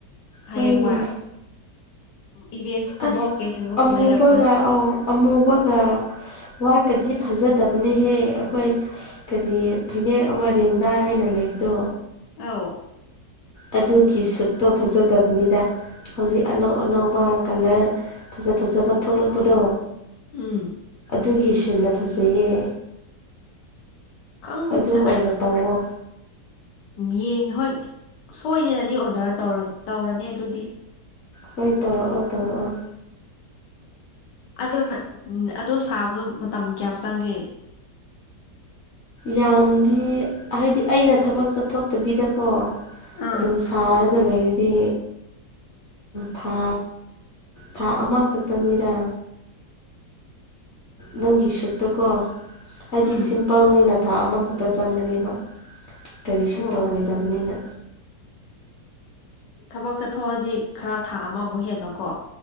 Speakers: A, on the left (about 80°); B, on the left (about 55°).
A: ꯍꯌꯦꯡꯋꯥꯏ
B: ꯍꯣꯏꯅꯦ
A: ꯎ ꯏꯚꯦꯟꯁꯀꯨꯝꯕ
B: ꯑꯁ
A: ꯑꯣꯀꯦꯖꯟꯒꯨꯝꯕ
B: ꯑꯃꯨꯕꯒ
A: ꯂꯩꯔꯛ
B: ꯑꯃꯨꯕꯒ ꯋꯥꯠꯀꯗꯤ ꯐꯖꯗꯕ ꯑꯗꯨꯅꯤꯍꯦ ꯑꯩꯈꯣꯏ ꯀꯔꯤ ꯐꯅꯦꯛ ꯑꯃ ꯔꯦꯡꯗꯥꯏ ꯍꯥꯏꯅ ꯂꯩꯕꯗꯣ
A: ꯑꯥꯎ
B: ꯑꯗꯨꯒꯤ ꯁꯨꯠꯇꯣ ꯐꯖꯗꯕꯅꯤꯗ ꯍꯧꯖꯤꯛ ꯑꯅꯧ ꯑꯅꯧꯕ ꯀꯂꯔ ꯐꯖ ꯐꯖꯕ ꯊꯣꯛꯂꯛꯄꯗꯣ
A: ꯎꯝ
B: ꯑꯗꯨꯒꯤ ꯁꯟꯅ ꯐꯖꯩꯌꯦ
A: ꯈꯪꯗꯅ
B: ꯑꯗꯨ ꯑꯣꯏꯅ
A: ꯑ
B: ꯇꯧꯋꯣ
A: ꯝ ꯌꯦꯡꯉ ꯍꯣꯏ ꯁꯣꯏꯗꯅꯗꯤ ꯑꯣꯗꯔ ꯇꯧꯔꯅꯤ ꯑꯗꯨꯗꯤ
B: ꯍꯣꯏ ꯇꯔꯛꯑꯣ ꯇꯧꯛꯑꯣ
A: ꯑꯗꯨꯅ ꯑꯗꯨ ꯁꯥꯕꯗꯣ ꯃꯇꯝ ꯀꯌꯥꯝ ꯆꯪꯒꯦ <unintelligible>
B: ꯌꯥꯝꯗꯤ ꯍꯥꯏꯗꯤ ꯑꯩꯅ ꯊꯕꯛ ꯆꯠꯊꯣꯛꯇꯕꯤꯗꯀꯣ
A: ꯑꯥ
B: ꯑꯗꯨꯝ ꯁꯥꯔꯒ ꯂꯩꯔꯗꯤ ꯊꯥ ꯊꯥ ꯑꯃ ꯈꯨꯇꯅꯤꯡꯗ ꯅꯪꯒꯤ ꯁꯨꯠꯇꯀꯣ ꯍꯥꯏꯗꯤ
A: ꯎꯝ
B: ꯁꯤꯝꯄꯜꯅꯤꯅ ꯊꯥ ꯑꯃꯈꯛꯇ ꯆꯪꯒꯅꯦꯕ ꯀꯔꯤꯁꯨ
A: ꯑꯣ ꯑꯣ
B: ꯇꯧꯔꯣꯏꯗꯕꯅꯤꯅ
A: ꯊꯕꯛ ꯆꯠꯊꯣꯛꯑꯗꯤ ꯈꯔ ꯊꯥ ꯑꯃꯃꯨꯛ ꯍꯦꯟꯕꯀꯣ